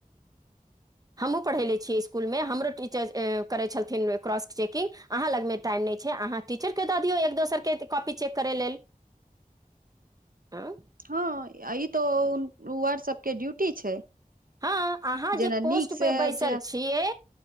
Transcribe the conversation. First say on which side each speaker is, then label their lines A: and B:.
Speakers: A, on the right; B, on the right.
A: <inaudible>
B: हमहूँ पढ़ेले छियै इसकुलमे हमरो टीचर करैत छलथिन क्रॉस चेकिंग अहाँ लगमे टाइम नहि छै अहाँ टीचरकेँ दऽ दियौ एक दोसरके कॉपी चेक करै लेल
A: <inaudible>
B: <inaudible>
A: हँ ई तऽ वार्ड सबके ड्यूटी छै
B: हँ अहाँ
A: जेना
B: जे
A: नीक
B: पोस्ट
A: से
B: पे बैसल
A: जे ह
B: छियै